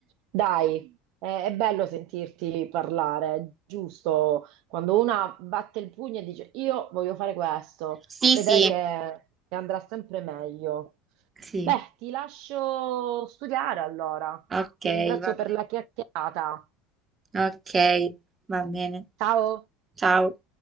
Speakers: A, on the right; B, on the right.
A: Dai, è, è bello sentirti parlare, è giusto. Quando una batte il pugno e dice io voglio fare questo,
B: Sì,
A: vedrai
B: sì,
A: che che andrà sempre meglio.
B: Sì,
A: Beh, ti lascio studiare allora.
B: ok,
A: Ti ringrazio
B: va
A: per
B: bene.
A: la chiacchierata.
B: Ok, va bene.
A: Ciao.
B: Ciao.